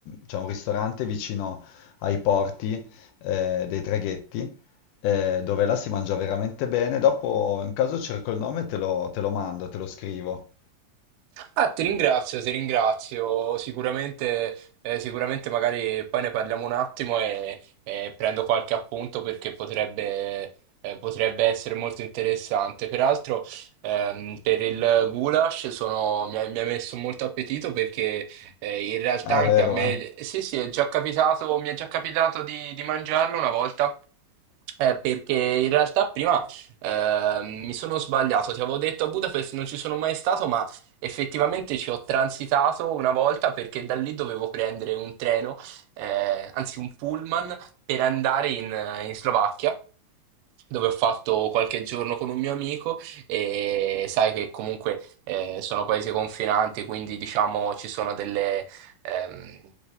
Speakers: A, on the left; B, on the right.
A: c'è un ristorante vicino ai porti eh, dei traghetti, eh, dove là si mangia veramente bene. Dopo, in caso cerco il nome, e te lo, te lo mando, te lo scrivo.
B: Ah, ti ringrazio, ti ringrazio. Sicuramente, eh, sicuramente magari poi ne parliamo un attimo e, e prendo qualche appunto perché potrebbe, eh, potrebbe essere molto interessante. Peraltro, ehm, per il goulash sono- mi ha, mi ha messo molto appetito perché eh, in realtà
A: Ah,
B: anche
A: è vero,
B: a me,
A: eh?
B: sì, sì, è già capitato, mi è già capitato di, di mangiarlo una volta. eh, perché in realtà prima eh, mi sono sbagliato, ti avevo detto a Budapest non ci sono mai stato, ma Effettivamente ci ho transitato una volta perché da lì dovevo prendere un treno, eh, anzi un pullman, per andare in in Slovacchia dove ho fatto qualche giorno con un mio amico e sai che comunque eh, sono paesi confinanti, quindi diciamo ci sono delle, ehm,